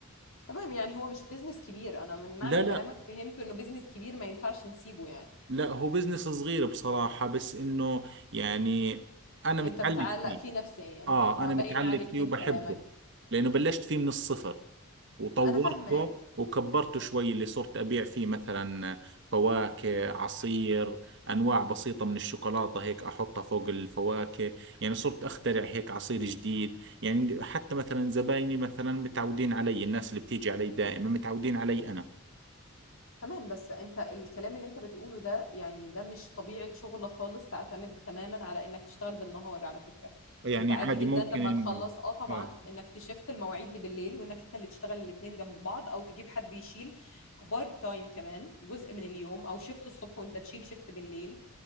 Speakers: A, on the left (about 65°); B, on the right (about 55°).
A: تمام يعني هو مش بيزنس كبير انا من معنى
B: لا
A: كلامك
B: لا
A: فهمت انه بيزنس كبير ما ينفعش نسيبه يعني
B: لا هو بزنس صغير بصراحة بس إنه يعني أنا متعلق
A: انت متعلق
B: فيه
A: فيه نفسيا
B: آه
A: ما
B: أنا
A: باين
B: متعلق
A: عليك
B: فيه
A: من
B: وبحبه
A: كلامك
B: لأنه بلشت فيه من الصفر وطورته
A: انا فاهماك
B: وكبرته شوي اللي صرت أبيع فيه مثلا فواكه عصير أنواع بسيطة من الشوكولاتة هيك أحطها فوق الفواكه يعني صرت أخترع هيك عصير جديد يعني حتى مثلا زبايني مثلا متعودين علي الناس اللي بتيجي علي دائما متعودين علي أنا
A: تمام بس انت الكلام اللي انت بتقوله ده يعني ده مش طبيعة شغل خالص تعتمد تماما على انك تشتغل بالنهار على فكرة
B: يعني
A: انت عادي
B: عادي
A: جدا
B: ممكن
A: لما
B: إنه
A: تخلص اه طبعا
B: آه
A: انك تشفت المواعيد اللي بالليل وانك انت اللي تشتغل الاتنين جنب بعض او تجيب حد يشيل بارت تايم كمان جزء من اليوم او شفت الصبح وانت تشيل شفت بالليل